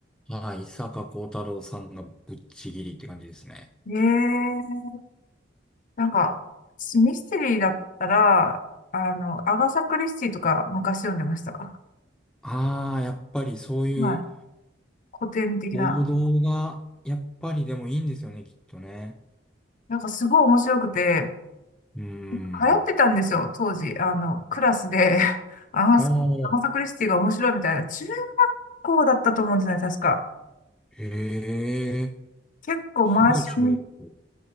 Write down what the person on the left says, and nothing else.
い。ええなんか、私ミステリーだったら、あの、アガサ・クリスティとか昔読んでました。は
い。古典的な。
なんかすごい面白くて、
流行ってたんですよ、当時。あの、クラスで、<laughs> アガス、
アガサ・クリスティが面白いみたいな、中高だったと思うんですよね、確か。
結構回し読み、